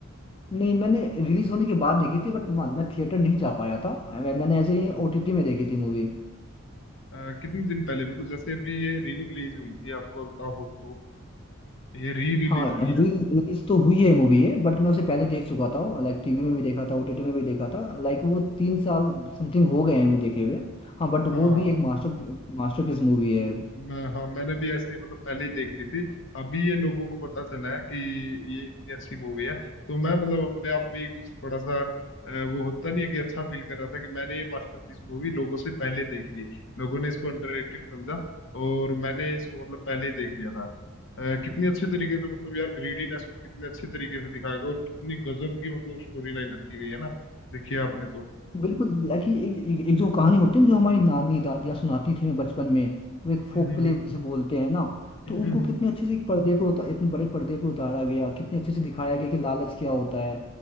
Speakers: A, on the left (about 25°); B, on the left (about 60°).
A: नहीं मैंने रिलीज होने के बाद देखी थी बट मैं थिएटर नहीं जा पाया था अ, मैं, मैंने ऐसे ही
B: हाँ
A: ओटीटी में देखी थी मूवी
B: अ, कितने दिन पहले मतलब जैसे अभी ये री रिलीज हुई थी आपको पता हो तो ये री रिलीज
A: हाँ
B: हुई
A: रिलीज
B: है
A: तो हुई है मूवी ये बट मैं उसे पहले
B: हाँ
A: देख चुका था लाइक टीवी में भी देखा था ओटीटी में भी देखा था लाइक वो तीन साल समथिंग हो गए हैं वो देखे हुए हाँ बट
B: हाँ
A: वो भी एक मास्टर मास्टरपीस मूवी है
B: मैं हाँ मैंने भी ऐसे ही मतलब पहले ही देख ली थी अभी ये लोगों को पता चला है कि ये इतनी अच्छी मूवी है तो मैं मतलब अपने आप में ही कुछ थोड़ा सा अ, वो होता नहीं है कि अच्छा फील कर रहा था कि मैंने ये मास्टरपीस मूवी लोगों से पहले देख ली लोगों ने इसको अंडररेटेड समझा और मैंने इसको मतलब पहले ही देख लिया था अ, कितनी अच्छे तरीके से मतलब यार ग्रीडीनेस को कितने अच्छे तरीके से दिखाया गया और कितनी गजब की मतलब स्टोरी लाइन रखी गई है ना देखिए आपने तो
A: बिल्कुल एक्चुअली एक, एक, एक जो कहानी होती है ना, जो हमारी नानी दादियाँ सुनाती थी हमें बचपन में वो एक फोक
B: हम्म हम्म
A: प्ले जिसे बोलते हैं ना
B: हम्म
A: तो उनको
B: हम्म
A: कितने अच्छे से एक पर्दे पे उतार इतने बड़े पर्दे पे उतारा गया कितने अच्छे से दिखाया गया कि लालच क्या होता है